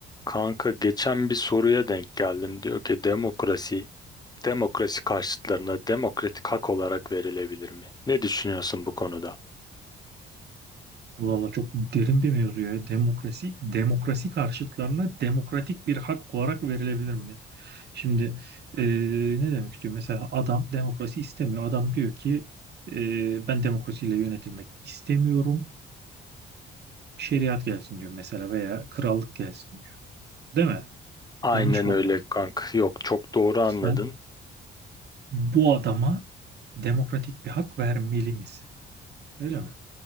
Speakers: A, on the left; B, on the right.
A: Kanka geçen bir soruya denk geldim. Diyor ki demokrasi, demokrasi karşıtlarına demokratik hak olarak verilebilir mi? Ne düşünüyorsun bu konuda?
B: Allah Allah çok derin bir mevzu ya. Demokrasi, demokrasi karşıtlarına demokratik bir hak olarak verilebilir mi? Şimdi eee, ne demek istiyor? Mesela adam demokrasi istemiyor. Adam diyor ki eee, ben demokrasiyle yönetilmek istemiyorum. Şeriat gelsin diyor mesela veya krallık gelsin diyor. Değil mi?
A: Aynen
B: Yanlış mı
A: öyle
B: anladım?
A: kanka. Yok çok doğru anladın.
B: Sen bu adama demokratik bir hak vermeli misin? Öyle mi?